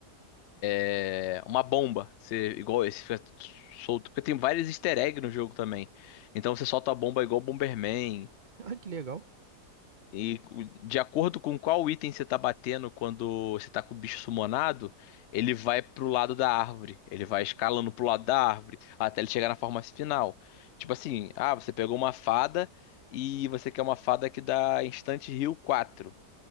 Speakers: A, on the left; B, on the right.
A: é, uma bomba. que Você, igual esse fica solto, porque tem vários easter eggs no jogo também. Então você solta a bomba igual Bomberman.
B: Ah, que legal.
A: E de acordo com qual item você tá batendo quando você tá com o bicho sumonado, ele vai pro lado da árvore. Ele vai escalando pro lado da árvore até ele chegar na forma final. Tipo assim, ah, você pegou uma fada e você quer uma fada que dá instante heal 4.